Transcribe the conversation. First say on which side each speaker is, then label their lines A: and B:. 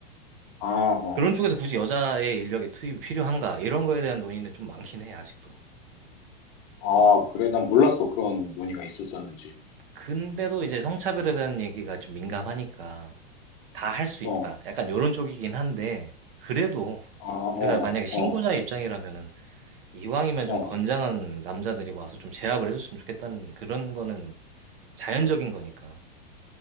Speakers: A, on the left; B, on the right.
A: 아, 어.
B: 그런 쪽에서 굳이 여자의 인력이 투입이 필요한가 이런 거에 대한 논의는 좀 많긴 해 아직도.
A: 아, 그래. 난 몰랐어. 그런 논의가 있었었는지.
B: 근데도 이제 성차별에 대한 얘기가 좀 민감하니까 다 할 수
A: 어,
B: 있다. 약간 요런 쪽이긴 한데 그래도
A: 아, 어,
B: 우리가 만약에 신고자
A: 어,
B: 의 입장이라면은 이왕이면
A: 어.
B: 좀 건장한 남자들이 와서 좀 제압을 해줬으면 좋겠다는 그런 거는 자연적인 거니까.